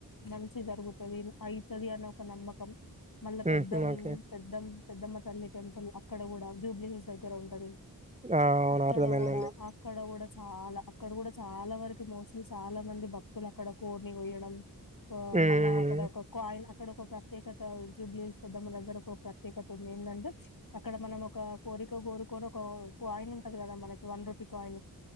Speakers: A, on the left; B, on the right.
A: మంచి జరుగుతుంది. అయితది. అని ఒక నమ్మకం. మళ్ళా పెద్దం
B: మ్మ్ ఓకే
A: పెద్దం పెద్దమ కల్లి టెంపుల్ అక్కడ కూడా జూబ్లీ హిల్స్ దగ్గర ఉంటది.
B: ఆ అవును
A: అక్కడ
B: అర్థమైందండి
A: ఓడ అక్కడ కూడా చాలా అక్కడ కూడా చాలా వరకు మోస్ట్లీ చాలా మంది భక్తులు అక్కడ కోడ్ని కోయడం.
B: మ్మ్
A: మళ్ళా అక్కడ ఒక కాయిన్ ఇక్కడ ఒక ప్రత్యేకత జుబ్లిన్స్ పెద్దామ్మ దగ్గర ఒక ప్రత్యేకత ఉంది. ఏందంటే అక్కడ మనం ఒక కోరిక కోరుకొని ఒక కాయిన్ ఉంటంది కదా మనకి వన్ రూపీ కాయిన్